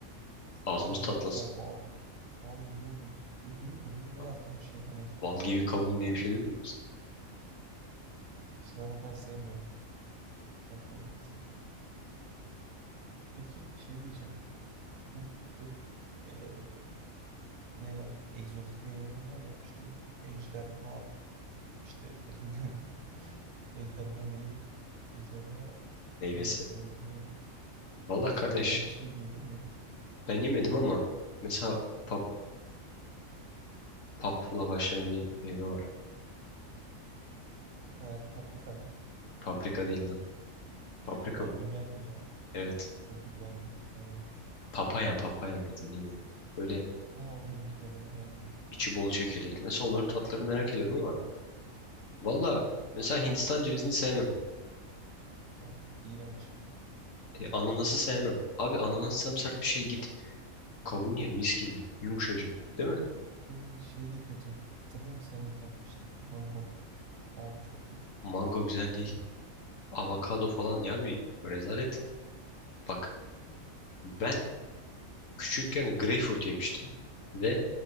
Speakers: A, on the left; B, on the right.
A: Ağzımız
B: Abi
A: tatlansın.
B: yok ya bal, bal gibi oluyor. Öbürü öbürü biraz
A: Lan,
B: daha şey hani
A: bal gibi kavun
B: har-
A: diye bir şey değil mi?
B: işte ben o kadar sevmiyorum tatlı olmasını. Peki şey diyeceğim. Bu böyle eee ne derler egzotik meyveler var ya işte ejderha işte <laughs> ejderha neyi? Ejderha
A: Meyvesi.
B: meyvesi miydi neydi?
A: Valla kardeş
B: Mesela öyle bir şey yedin mi?
A: ben yemedim ama mesela pap, papla başlayan bir meyve var.
B: Ha, paprika mı?
A: Paprika değil lan. Paprika
B: <laughs> O
A: mı?
B: biberdi ya.
A: Evet.
B: O biberdi. Pardon.
A: Papaya papaya mıydı neydi? Böyle
B: Aa olabilir olabilir aynen.
A: içi bol çekirdekli. Mesela onların tatlarını merak ediyorum ama valla mesela Hindistan cevizini sevmem.
B: Abi iğrenç.
A: E, ananası sevmem. Abi ananas sert bir şey git. Kavun ye mis gibi. Yumuşacık değil mi?
B: Iı, şey de kötü. Hatırlıyor musun? Seninle tatmıştık. Mango. Abi çok kötü.
A: Mango güzel değil. Avokado falan ya bir rezalet. Bak ben küçükken greyfurt yemiştim ve